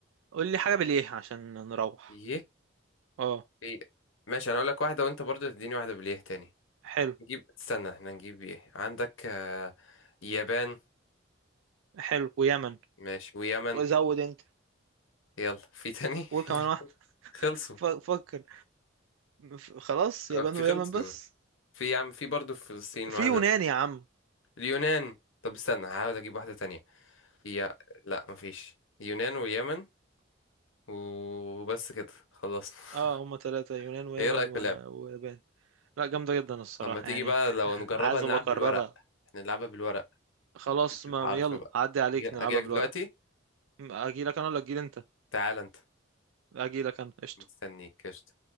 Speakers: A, on the right; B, on the left.
A: قول لي حاجة بالإيه عشان نروح
B: ماشي
A: اه
B: ايه ماشي انا اقول لك واحده وانت برضو تديني واحده بالايه تاني
A: حلو
B: نجيب استنى احنا نجيب ايه عندك آه... يابان
A: حلو ويمن
B: ماشي ويمن
A: وزود انت
B: يلا في تاني
A: قول كمان
B: <laughs>
A: واحدة
B: خلصوا
A: ف- فكر ف- خلاص
B: آه،
A: يابان
B: في
A: ويمن
B: خلصوا
A: بس
B: في يا عم في برضو في فلسطين
A: في
B: واحده
A: يونان يا عم
B: اليونان طب استنى هحاول اجيب واحده تانية هي لا مفيش اليونان واليمن وبس كده خلصنا <laughs>
A: اه هما ثلاثة يونان ويمن
B: ايه رايك
A: و...
B: في اللعب
A: ويابان لا جامدة جدا الصراحة
B: اما تيجي
A: يعني
B: بقى لو
A: <laughs>
B: نجربها
A: عايز
B: نلعب
A: ابقى اكررها
B: بالورق احنا نلعبها بالورق
A: خلاص
B: اكتب
A: ما
B: حرف
A: يلا
B: بقى
A: عدي عليك
B: اجي اجيلك
A: نلعبها بالورق
B: دلوقتي
A: اجي لك انا ولا اجي انت
B: تعال انت
A: اجي لك انا قشطة
B: مستنيك قشطة.